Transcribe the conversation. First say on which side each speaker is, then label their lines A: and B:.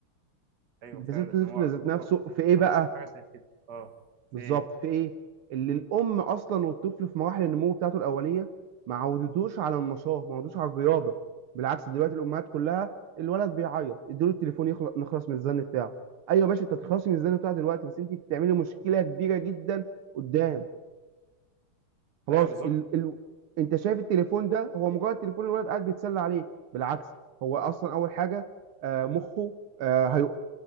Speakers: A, on the right; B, on the right.
A: ايوه فعلا
B: تاسيس الطفل
A: هو هو
B: ذات نفسه في ايه بقى
A: انا اشوف حاجة زي كده اه
B: بالظبط
A: في ايه؟
B: في ايه اللي الام اصلا والطفل في مراحل النمو بتاعته الاوليه ما عودتوش على النشاط ما عودتوش على الرياضه بالعكس دلوقتي الامهات كلها الولد بيعيط اديله التليفون يخلص نخلص من الزن بتاعه ايوه ماشي انت تخلصي من الزن بتاعه دلوقتي بس انت بتعملي مشكله كبيره جدا قدام خلاص
A: ايوه بالظبط
B: ال... ال... انت شايف التليفون ده هو مجرد تليفون الولد قاعد بيتسلى عليه بالعكس هو اصلا اول حاجه آه، مخه آه، هيقف